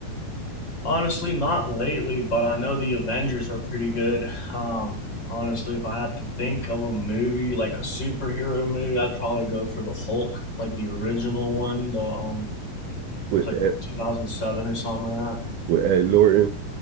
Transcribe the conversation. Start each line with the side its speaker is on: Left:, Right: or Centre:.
Left: Honestly, not lately, but I know the Avengers are pretty good. Um, honestly, if I had to think of a movie like a superhero movie, I'd probably go for the Hulk, like the original one. The um, it
Right: with
Left: was like
Right: Ed,
Left: from 2007 or something like that.
Right: with Ed Norton?